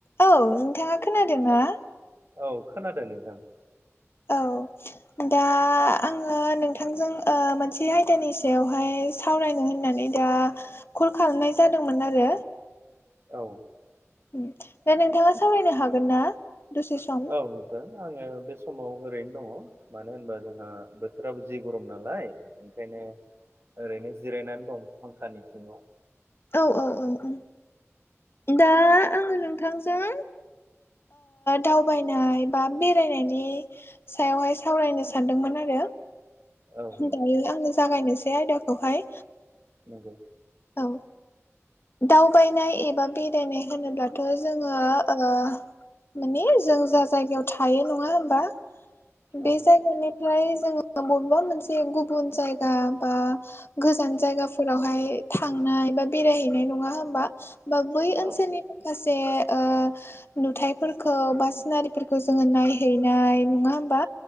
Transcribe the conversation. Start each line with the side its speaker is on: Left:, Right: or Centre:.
Left: औ नोंथाङा खोनादों ना
Right: औ खोनादों नोंथां
Left: औ दा आङो नोंथांजों ओ मोनसे आयदानि सायावहाय सावरायनो होननानै दा कल खालामनाय जादोंमोन आरो
Right: औ
Left: उम दा नोंथाङा सावरायनो हागोन ना दसे सम?
Right: औ नो थां आङो बे समाव ओरैनो दङ मानो होनबा जोंहा बोथोराबो जि गरम नालाय ओंखायनो ओरैनो जिरायनानै दं फांखानि सिङाव
Left: औ औ औ औ दा आङो नोंथांजों दावबायनाय बा बेरायनायनि सायावहाय सावरायनो सानदोंमोन आरो
Right: औ नंगौ
Left: दायो आङो जागायनोसै आयदाखौहाय
Right: नोंगौ
Left: औ दावबायनाय एबा बेरायनाय होनोब्लाथ' जोङो ओ माने जों जा जायगायाव थायो नङा होमबा बे
Right: औ
Left: जायगानिफ्राय जोङो बबेबा मोनसे गुबुन जायगा बा गोजान जायगाफोरावहाय थांनाय बा बेरायहैनाय नङा होमबा बा बै ओनसोलनि
Right: औ
Left: माखासे ओ नुथायाइफोरखौ बा सिनारिफोरखौ जोङो नायहैनाय। नङा होमबा।